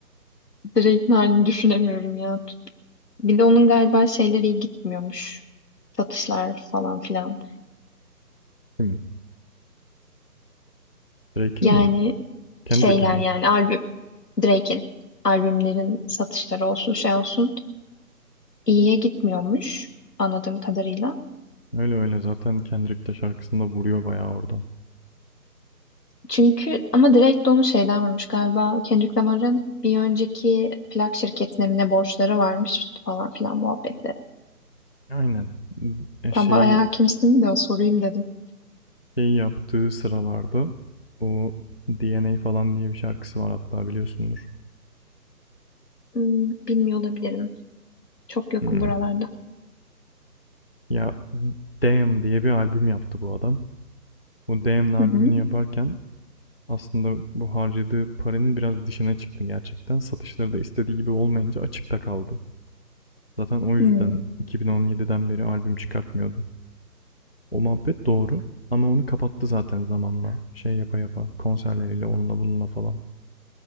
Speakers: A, on the left; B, on the left.
A: Drake'in halini düşünemiyorum ya. Bir de onun galiba şeyleri iyi gitmiyormuş. Satışlar falan filan.
B: Kimin? Drake'in
A: Yani
B: mi? Kendrick'in
A: şeyler
B: mi?
A: yani albüm Drake'in albümlerin satışları olsun şey olsun iyiye gitmiyormuş anladığım kadarıyla.
B: Öyle öyle zaten Kendrick de şarkısında vuruyor bayağı oradan.
A: Çünkü ama Drake de onu şeyden varmış galiba Kendrick Lamar'ın bir önceki plak şirketine mi ne borçları varmış falan filan muhabbetleri.
B: Aynen. E,
A: Tam
B: şeyi
A: bayağı kimsin de o sorayım dedim.
B: şey yaptığı sıralarda o DNA falan diye bir şarkısı var hatta biliyorsundur.
A: Hmm, bilmiyor olabilirim. Çok yokum
B: Hmm.
A: buralarda.
B: Ya Damn diye bir albüm yaptı bu adam. Bu Damn albümünü
A: Hı hı.
B: yaparken aslında bu harcadığı paranın biraz dışına çıktı gerçekten. Satışları da istediği gibi olmayınca açıkta kaldı. Zaten o yüzden
A: Hmm,
B: 2017'den beri albüm çıkartmıyordu. O muhabbet doğru ama onu kapattı zaten zamanla. Şey yapa yapa konserleriyle onunla bununla falan.